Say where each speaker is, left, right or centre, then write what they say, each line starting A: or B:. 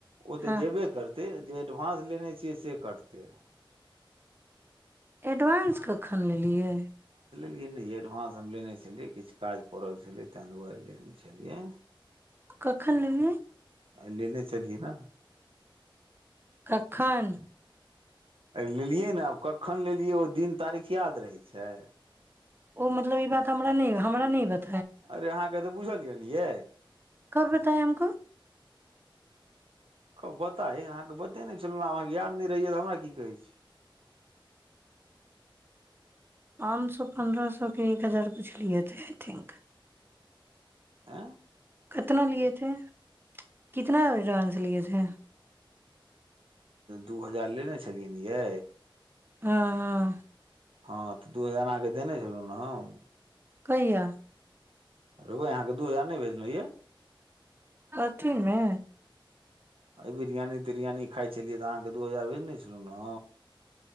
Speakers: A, on the right; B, on the right.
A: ओतऽ
B: हँ
A: जेबे करतै जे एडवानंस लेने छियै से कटते है
B: एडवानं्स कखन लेब बुझलियै
A: ई नहि एडवानंस हम लेने छलियै किछु काज पड़ल छलै ताहि दुआरे लेने छलियै
B: कखन लेबै
A: लेने चलियए ने
B: कखन
A: लेलियै ने आब कखन लेलियै दिन तारीख याद रहै छै
B: ओ मतलब ई बात हमरा नहि हमरा नहि बता
A: अरे अहाँके तऽ बुझल यए ने ये
B: कब बताया हमको
A: कबत पता अ अहाँके बते नहि छलहुँ अहाँके याद नहि रहिय तऽ हमरा की कहै छी
B: पाँच सए पन्द्रह सएके एक हजार पुछलियै तऽ आई थिंक
A: आँ
B: कितना लिएथे कितनाडानंस लिएथे
A: दू हजार लेने छलियनि यै
B: हँ हँ
A: हँ तऽ दू हजार अके देने छलहुँ ने हम
B: कहिया
A: रै अहाँके दू हजार नहि भेजलहु यए
B: कथीमे
A: अ बिरियानी तिरियानी खाइ छलियै तऽ अहाँके दू हजार भेजने छलहुँ ने